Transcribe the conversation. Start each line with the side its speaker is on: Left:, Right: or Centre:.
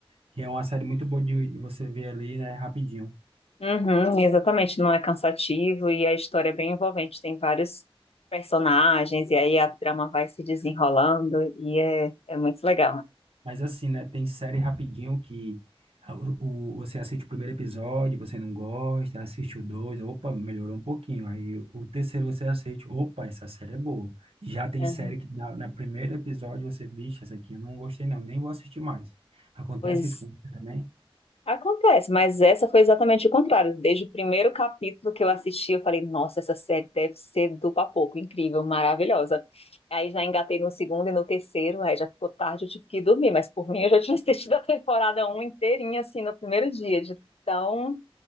Right: que é uma série muito boa de, de você ver ali, né? Rapidinho.
Left: Uhum, exatamente, não é cansativo e a história é bem envolvente. Tem vários personagens e aí a trama vai se desenrolando e é, é muito legal.
Right: Mas assim, né? Tem série rapidinho que a- o, o- você assiste o primeiro episódio, você não gosta, assiste o dois, opa, melhorou um pouquinho. Aí o terceiro você assiste, opa, essa série é boa. Já tem
Left: Uhum.
Right: série que na, na primeiro episódio você, bicho, essa aqui eu não gostei não, nem vou assistir mais. Acontece
Left: Pois
Right: isso com você também?
Left: Acontece, mas essa foi exatamente o contrário. Desde o primeiro capítulo que eu assisti, eu falei, nossa, essa série deve ser do papoco, incrível, maravilhosa. Aí já engatei no segundo e no terceiro, aí já ficou tarde, eu tive que ir dormir, mas por mim eu já tinha <laughs> assistido a temporada um inteirinha, assim, no primeiro dia, de tão